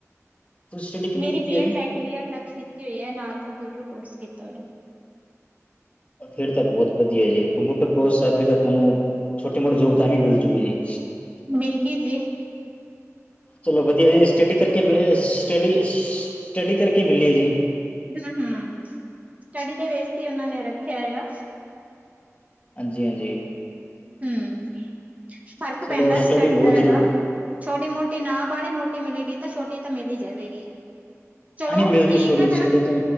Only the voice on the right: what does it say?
ਮੇਰੀ
ਬੀ
ਏ ਸੈਕਿੰਡ ਈਅਰ ਤੱਕ ਕੀਤੀ ਹੋਈ ਹੈ ਨਾਲ ਕੰਪਿਊਟਰ ਕੋਰਸ ਕੀਤਾ ਹੋਇਆ
ਮਿਲ ਗ ਜੇ
ਹਮ ਹਮ ਸੜੀ ਦੇ ਵੇਸ ਹੀ ਉਹਨਾਂ ਨੇ ਰੱਖਿਆ ਹੈਗਾ
ਹਮ ਫ਼ਰਕ
ਪੈਂਦਾ
ਸਟੜੀ
ਦਾ
ਹੈਗਾ ਛੋਟੀ ਮੋਟੀ ਨਾ ਬਾਹਲੀ ਮੋਟੀ ਮਿਲੇਗੀ ਤਾਂ ਛੋਟੀ ਤਾਂ ਮਿਲ ਹੀ ਜਾਵੇਗੀ ਚਲੋ
ਠੀਕ
ਹੈ
ਫਿਰ